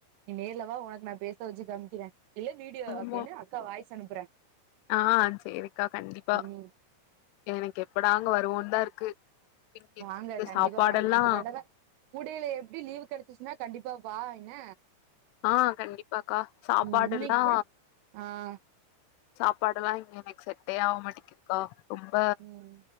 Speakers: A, on the right; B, on the left.
A: நீ நேர்லவா உனக்கு நா பேச வெச்சு கமிக்கிறே இல்ல வீடியோன்னு
B: ஆமா
A: அக்கா வாய்ஸ் அனுப்புற
B: ஆ சேரிக்கா கண்டிப்பா
A: ம்
B: எனக்கு எப்படா அங்க வருவோன்தா இருக்கு இங்க இருந்து
A: வாங்க
B: இந்த
A: கண்டிப்பா
B: சாப்பாடெல்லா
A: வாங்க இந்த தடவ ஊடைல எப்டி லீவு் கடச்சிச்சுன்னா கண்டிப்பா வா என்ன
B: ஆ கண்டிப்பாக்கா சாப்பாடெல்லா
A: ம் இன்னைக்கு கூட ஆ
B: சாப்பாடெல்லா இங்க எனக்கு செட்டே ஆவ மாட்டிக்குதுக்கா ரொம்ப
A: ம்